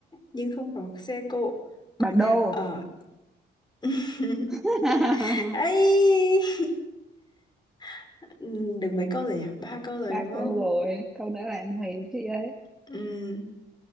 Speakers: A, on the left; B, in the centre.
A: nhưng không có xe cộ, có
B: bản
A: nhà
B: đồ
A: ở. <laughs>
B: <laughs>
A: ấy <laughs> Được mấy câu rồi nhỉ? Ba câu rồi
B: ba
A: đúng
B: câu
A: không?
B: rồi câu nữa là em huề chị ấy
A: Ừm,